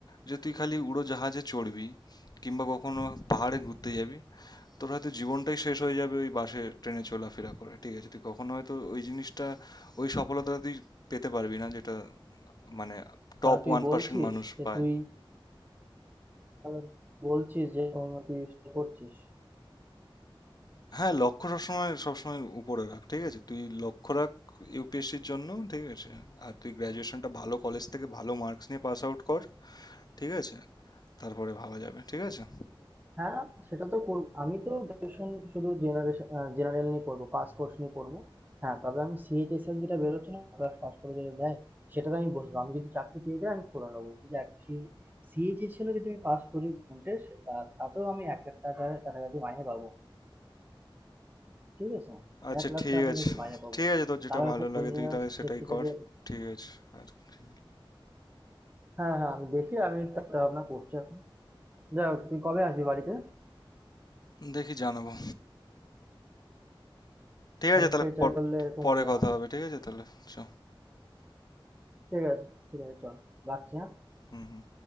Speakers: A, on the left; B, on the right.
A: যে তুই খালি উড়োজাহাজে চড়বি কিংবা কখনো পাহাড়ে ঘুরতে যাবি তোর হয়তো জীবনটাই শেষ হয়ে যাবে ওই বাসে ট্রেনে চলাফেরা করে ঠিক আছে তুই কখনো হয়তো ওই জিনিসটা ওই সফলতাটা তুই পেতে পারবি না যেটা মানে
B: তাহলে
A: টপ
B: তুই
A: ওয়ান
B: বলছিস
A: পার্সেন্ট মানুষ
B: যে
A: পায়
B: তুই তাহলে বলছিস যে এখন তুই সেটা করছিস
A: হ্যাঁ লক্ষ্য সবসময় সবসময় উপরে রাখ ঠিক আছে তুই লক্ষ্য রাখ ইউপিএসসির জন্য ঠিক আছে আর তুই গ্র্যাজুয়েশনটা ভালো কলেজ থেকে ভালো মার্কস নিয়ে পাস আউট কর ঠিক আছে তারপরে ভাবা যাবে ঠিক আছে
B: হ্যাঁ সেটা তো করব আমি তো গ্রাজুয়েশন শুধু জেনারেশন জেনারেল নিয়ে পড়বো পাস কোর্স নিয়ে পড়বো হ্যাঁ তবে আমি সিএইচএসএল যেটা বেরোচ্ছে না ক্লাস পাস করে যেটা দেয় সেটাতে আমি বসবো আমি যদি চাকরি পেয়ে যাই আমি করে নেবো দেখ সিএইচএসএলও যদি আমি পাস করি percentage, তা তাতেও আমি এক লাখ টাকার কাছাকাছি মাইনে পাবো ঠিক আছে?
A: আচ্ছা
B: ১,০০,০০০
A: ঠিক
B: টাকা
A: আছে
B: যদি মাইনে পাবো।
A: ঠিক আছে তোর যেটা
B: তার
A: ভালো
B: উপর
A: লাগে
B: জুনিয়র
A: তুই তাহলে সেটাই
B: সেক্রেটারি
A: কর ঠিক আছে আর কি
B: হ্যাঁ হ্যাঁ আমি দেখি আমি চিন্তা ভাবনা করছি এখন। যাই হোক তুই কবে আসবি বাড়িতে?
A: বল- দেখি জানাবো ঠিক
B: সরকারি
A: আছে তাহলে
B: চাকরি
A: পর-
B: করলে এরকম
A: পরে
B: হলো
A: কথা
B: না।
A: হবে ঠিক আছে তাহলে চ
B: ঠিক আছে ঠিক আছে চল রাখছি হ্যাঁ?
A: হুম হুম